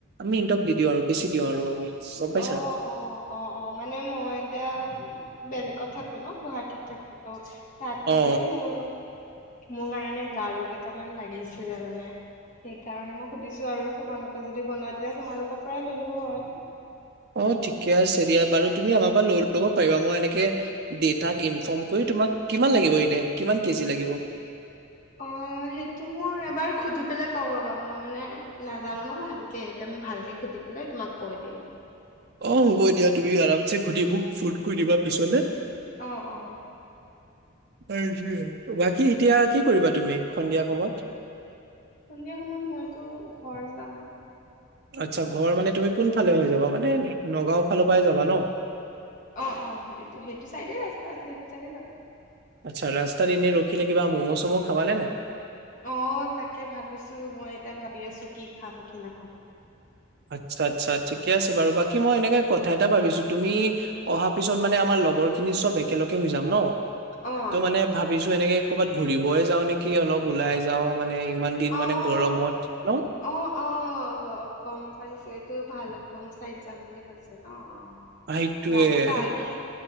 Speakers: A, on the right (about 50°); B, on the left (about 40°).
A: সিন্তক দি দিওঁ আৰু বেছি দিওঁ আৰু আমি গম
B: অ,
A: পাইছা
B: অ, অ, অ, মানে মই এতিয়া বেলেগ থাকো ন গুৱাহাটীত থাকো ত, তাত মানে
A: অ
B: মোৰ মোৰ কাৰণে গাৰু কেইটামান লাগিছিলে মানে সেইকাৰণে মই সুধিছো আৰু তোমালোকে যদি বনোৱা তেতিয়া তোমালোকৰ পৰাই ললো হয়
A: অ ঠিকে আছে দিয়া বাৰু তুমি আমাৰ পৰা লৈ ল'ব পাৰিবা মই এনেকে দেতাক ইনফৰ্ম কৰি তোমাক, কিমান লাগিব এনে কিমান কেজি লাগিব?
B: অ। অ সেইটো মই এবাৰ সুধি পেলাই কওঁ ৰবা মই মানে নাজানো ন ভালকে এতিয়া মই ভালকে সুধি পেলাই তোমাক কৈ দিম৷
A: অ হ'ব দিয়া তুমি আৰামচে সুধি মোক ফোন কৰি দিবা পিছলে৷
B: অ-অ
A: <unintelligible> বাকী এতিয়া কি কৰিবা তুমি সন্ধিয়া সময়ত?
B: সন্ধিয়া সময়ত মইতো ঘৰ যাম।
A: আচ্ছা ঘৰ মানে তুমি কোনফালে হৈ যাবা, মানে নগাঁও ফালৰ পৰাই যাবা ন?
B: অ'-অ' এইটো সেইটো চাইডে ৰাস্তা আছে সেইটো চাইডে যাম।
A: আচ্ছা, ৰাস্তাত এনে ৰখিলে কিবা ম'ম' চমো খাব নে নাই?
B: অহ' তাকে ভাবিছো, মই এতিয়া ভাবি আছো কি খাম কি নাখাম।
A: আচ্ছা-আচ্ছা, ঠিকে আছে বাৰু বাকী মই এনেকে কথা এটা ভাবিছো, তুমি অহা পিছত মানে আমাৰ লগৰ খিনি চব একেলগে হৈ যাম ন।
B: অ
A: ত' মানে ভাবিছো, এনেকে কৰ'বাত ঘুৰিবই যাও নেকি অলপ ওলাই যাওঁ। মানে ইমান দিন
B: অ'-অ'-অ'
A: মানে গৰমত ন
B: গ কম পাইছো এতো ভালুকপুং চাইড যাম বুলি কৈছে ন, অ'
A: সেইটোয়ে
B: যাব পাৰি,